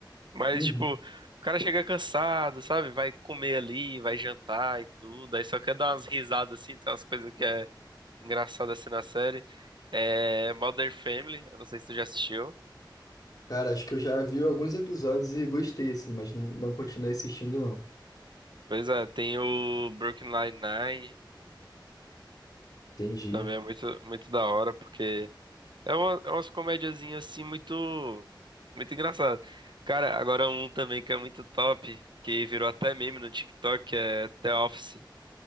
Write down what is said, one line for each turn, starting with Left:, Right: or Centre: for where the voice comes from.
Right: Mas,
Left: Uhum.
Right: tipo, o cara chega cansado, sabe? Vai comer ali, vai jantar e tudo, aí só quer dar umas risadas, assim, tem umas coisas que é engraçada, assim, na série. É Modern Family, eu não sei se tu já assistiu.
Left: Cara, acho que eu já vi alguns episódios e gostei, assim, mas não, não continuei assistindo, não.
Right: Pois é, tem o Brooklyn Nine-Nine,
Left: Entendi.
Right: também é muito, muito da hora, porque... É, uma, é umas comediazinhas assim muito, muito engraçado. Cara, agora um também que é muito top, que virou até meme no TikTok, que é The Office.